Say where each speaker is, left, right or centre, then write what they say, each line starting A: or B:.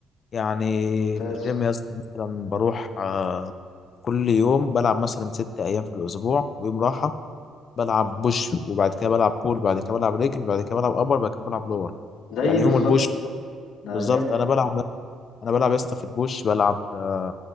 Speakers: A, on the left; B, on the left.
A: يعني
B: ممتاز
A: في الجيم يا اسطى مثلا بروح آه، كل يوم بلعب مثلا ست ايام في الاسبوع ويوم راحه بلعب بوش وبعد كده بلعب بول بعد كده بلعب رجل بعد كده بلعب ابر بعد كده بلعب لور
B: زي
A: يعني
B: بالظبط
A: يوم البوش
B: ده
A: بالظبط
B: جامد
A: انا بلعب انا بلعب يا اسطى في البوش بلعب آه،